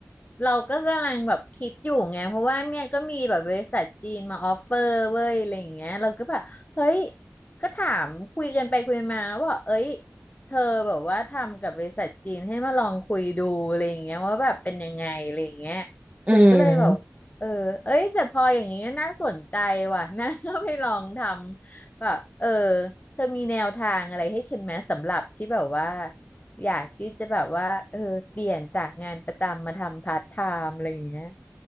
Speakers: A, on the left (about 30°); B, on the right (about 25°).
A: เราก็กำลังแบบคิดอยู่ไงเพราะว่าเนี่ยก็มีแบบบริษัทจีนมาออฟเฟอร์เว้ยอะไรอย่างเงี้ยเราก็แบบเฮ้ยก็ถามคุยกันไปคุยมาว่าเอ้ยเธอแบบว่าทำกับบริษัทจีนให้มาลองคุยดูอะไรอย่างเงี้ยว่าแบบเป็นยังไงอะไรอย่างเงี้ย
B: อืม
A: ฉันก็เลยแบบเออเอ้ยแต่พออย่างเงี้ยน่าสนใจว่ะน่าก็ไปลองทำแบบเออเธอมีแนวทางอะไรให้ฉันไหมสำหรับที่แบบว่า อยากที่จะแบบว่าเออเปลี่ยนจากงานประจำมาทำพาร์ทไทม์อะไรอย่างเงี้ย